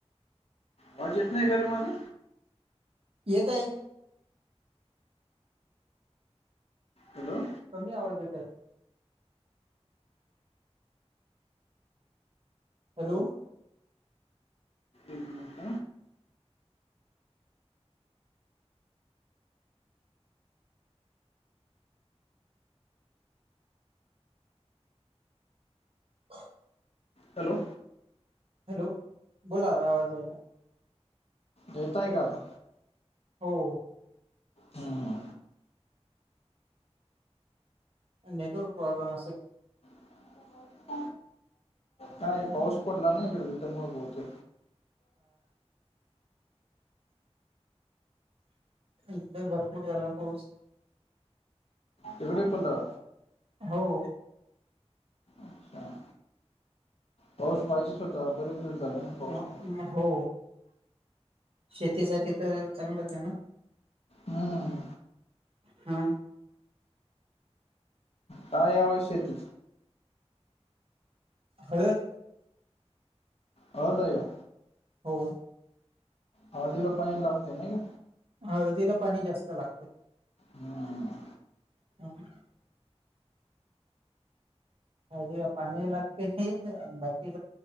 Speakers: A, on the left (about 60°); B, on the right (about 55°).
A: आवाज येत नाही का रे माझा?
B: येत आहे.
A: हॅलो!
B: कमी आवाज येत आहे. हॅलो!
A: एक मिनट.
B: <inaudible>
A: हॅलो!
B: हॅलो! बोला आवाज यायला.
A: येताय का आता?
B: हो.
A: हम्म.
B: नेटवर्क प्रॉब्लेम अस.
A: <inaudible> काय पाऊस पडला ना इकडे त्याच्यामु बोहते.
B: इे भरपूर झाला पाऊस.
A: तिकडे पला.
B: हो.
A: अच्छा पाऊस पाहिजेच होता बरेच दिवस झाले. पाऊस
B: म
A: नव्हता
B: हो शेतीसाठी तर चांगलंच आहे ना.
A: हम्म
B: हा.
A: काय याव शेत.
B: हळद.
A: हळद आहे का.
B: हो.
A: हळदिला पाणी लागते नाही का?
B: हळदीला पाणी जास्त लागते.
A: हम्म.
B: ह. हळदिला पाणी लागते हे बाकी